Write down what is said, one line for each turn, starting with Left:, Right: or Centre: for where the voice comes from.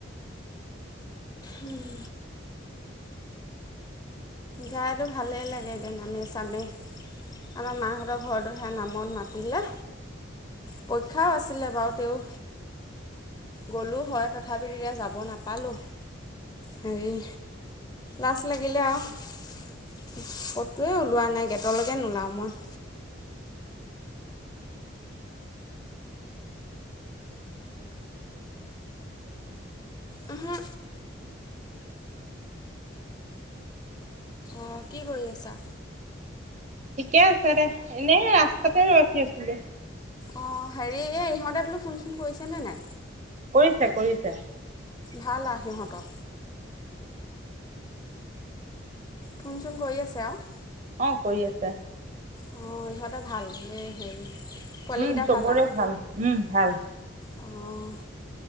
Left: উম যাইতো ভালেই লাগে এতিয়া নামে চামে আমাৰ মাহঁতৰ ঘৰটো সেয়া নামত মাতিলে পৰীক্ষাও আছিলে বাৰু তেওঁ গ'লো হয় তথাপি এতিয়া যাব নাপালোঁ হেৰি লাজ লাগিলে, আৰু ক'তোৱে ওলোৱা নাই গেটলৈকে নোলাওঁ মই। আহা অ কি কৰি আছা
Right: ঠিকে আছে দে এনেই ৰাস্তাতে ৰখি আছিলো
Left: অ হেৰি এই ইহঁতে বোলো ফোন চোন কৰিছে নে নাই।
Right: কৰিছে কৰিছে।
Left: ভাল আৰু সিহঁতৰ। ফুন চোন কৰি আছে আৰু।
Right: অ কৰি আছে।
Left: অ ইহঁতৰ ভাল? এই হেৰি পোৱালিকেইটা
Right: উম চবৰে
Left: আৰু
Right: ভাল, উম ভাল
Left: অঁ